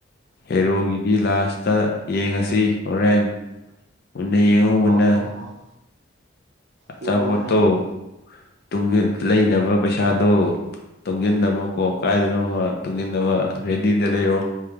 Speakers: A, on the left (about 50°); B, on the right (about 60°).
A: ꯍꯦꯔꯣꯒꯤꯗꯤ ꯂꯥꯁꯇ ꯌꯦꯡꯉꯁꯤ ꯍꯣꯔꯦꯟ ꯃꯨꯟꯅ ꯌꯦꯡꯉꯨ ꯃꯨꯟꯅ
B: ꯑꯣ ꯍꯣ ꯍꯣ
A: ꯑꯆꯥꯄꯣꯠꯇꯣ
B: ꯌꯦꯡꯕ ꯍꯥꯏꯗꯨꯅꯤ
A: ꯇꯨꯡꯖꯟ ꯂꯩꯅꯕ ꯄꯩꯁꯥꯗꯣ ꯇꯨꯡꯖꯤꯟꯅꯕꯀꯣ ꯀꯥꯏꯗꯅꯣꯃ ꯇꯨꯡꯖꯤꯟꯅꯕ ꯔꯦꯗꯤꯗ ꯂꯩꯔꯣ